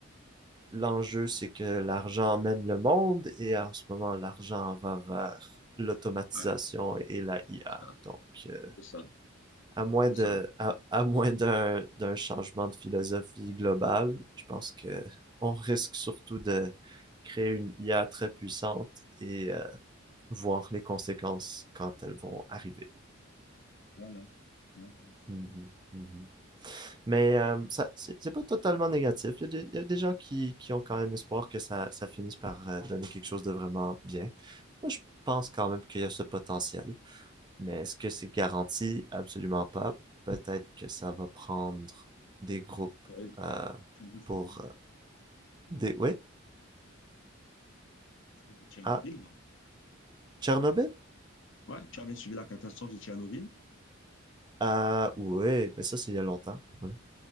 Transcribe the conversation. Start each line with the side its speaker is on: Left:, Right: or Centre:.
Right: L'enjeu, c'est que l'argent mène le monde et en ce moment, l'argent va vers l'automatisation
Left: Ouais,
Right: et la IA.
Left: c'est ça.
Right: Donc, euh,
Left: C'est ça.
Right: à moins
Left: C'est
Right: de,
Left: ça.
Right: à, à moins d'un, d'un changement de philosophie globale, je pense que on risque surtout de créer une IA très puissante et euh, voir les conséquences quand elles vont arriver.
Left: Voilà. Et on va suivre.
Right: Mhm, mhm. Mais euh, ça, c'est c'est pas totalement négatif. Il y a des, il y a des gens qui, qui ont quand même espoir que ça, ça finisse par euh, donner quelque chose de vraiment bien. Moi, je pense quand même qu'il y a ce potentiel. Mais est-ce que c'est garanti? Absolument pas. Peut-être que ça va prendre des groupes
Left: Tu avais,
Right: euh,
Left: tu avais suivi
Right: pour... euh,
Left: euh,
Right: des...
Left: la
Right: Oui?
Left: catastrophe de Tchernobyl,
Right: Ah,
Left: non?
Right: Tchernobyl?
Left: Ouais, tu avais suivi la catastrophe de Tchernobyl?
Right: Ah, oui, mais ça, c'est il y a longtemps. Oui.